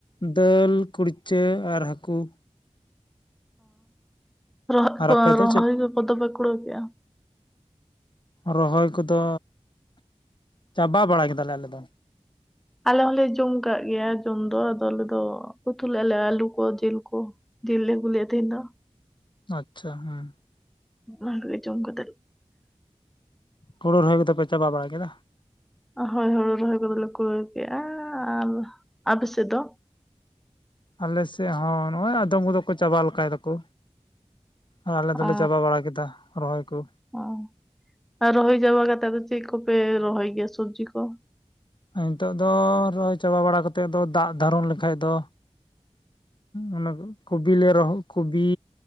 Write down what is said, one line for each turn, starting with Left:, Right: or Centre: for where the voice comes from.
Left: ᱫᱟᱹᱞ ᱠᱩᱲᱪᱟᱹ ᱟᱨ ᱦᱟᱹᱠᱩ᱾
Centre: ᱚ ᱨ
Left: ᱟᱨ ᱟᱯᱮ ᱫᱚ
Centre: ᱨᱚᱦᱚᱭ
Left: ᱪᱮᱫ
Centre: ᱠᱚᱫᱚ ᱯᱮ ᱠᱩᱲᱣ ᱠᱮᱼᱟ᱾
Left: ᱨᱚᱦᱚᱭ ᱠᱚᱫᱚ ᱪᱟᱵᱟ ᱵᱟᱲᱟ ᱠᱮᱫᱟᱞᱮ ᱟᱞᱮ ᱫᱚ᱾
Centre: ᱟᱞᱮ ᱦᱚᱞᱮ ᱡᱚᱢ ᱠᱟᱜ ᱜᱮᱭᱟ ᱡᱚᱢ ᱫᱚ, ᱟᱫᱚ ᱟᱞᱮ ᱫᱚ ᱩᱛᱩᱞᱮ ᱟᱞᱮ ᱟᱞᱩ ᱠᱚ ᱡᱤᱞ ᱠᱚ ᱡᱤᱞ ᱞᱮ ᱟᱜᱩᱞᱮᱟ ᱛᱤᱦᱤᱧ ᱫᱚ᱾
Left: ᱟᱪᱪᱷᱟ ᱦᱮᱸ᱾
Centre: ᱵᱟᱝ ᱜᱮ ᱡᱚᱢ ᱠᱟᱛᱮᱜ
Left: ᱦᱳᱬᱳ ᱨᱚᱦᱚᱭ ᱠᱚᱫᱚ ᱯᱮ ᱪᱟᱵᱟ ᱵᱟᱲᱟ ᱠᱮᱫᱟ?
Centre: ᱦᱳᱭ ᱦᱳᱲᱩ ᱨᱚᱦᱚᱭ ᱠᱚᱫᱚᱞᱮ ᱠᱩᱲᱟᱹ ᱠᱮᱜᱼᱟ, ᱟᱨ ᱟᱯᱮᱥᱮᱫ ᱫᱚ?
Left: ᱟᱞᱮᱥᱮᱫ ᱦᱚᱸ ᱱᱚᱜᱼᱚᱭ ᱟᱫᱚᱢ ᱠᱚᱫᱚ ᱠᱚ ᱪᱟᱵᱟ ᱞᱮᱠᱟᱭ ᱫᱟᱠᱚ᱾ ᱟᱨ ᱟᱞᱮ ᱫᱚᱞᱮ
Centre: ᱚ
Left: ᱪᱟᱵᱟ ᱵᱟᱲᱟ ᱠᱮᱫᱟ ᱨᱚᱦᱚᱭ ᱠᱩ᱾
Centre: ᱚ ᱟᱨ ᱨᱚᱦᱚᱭ ᱪᱟᱵᱟ ᱠᱟᱛᱮᱜ ᱫᱚ ᱪᱮᱫ ᱠᱚᱯᱮ ᱨᱚᱦᱚᱭ ᱜᱮᱭᱟ ᱥᱚᱵᱡᱤ ᱠᱚ?
Left: ᱱᱤᱛᱳᱜ ᱫᱚ ᱨᱚᱦᱚᱭ ᱪᱟᱵᱟ ᱵᱟᱲᱟ ᱠᱟᱛᱮᱫ ᱫᱚ ᱫᱟᱜ ᱫᱟᱨᱚᱱ ᱞᱮᱠᱷᱟᱡ ᱫᱚ ᱚᱱᱟ ᱠᱚᱵᱤᱞᱮ ᱨᱚᱦᱚᱜ ᱠᱚᱵᱤ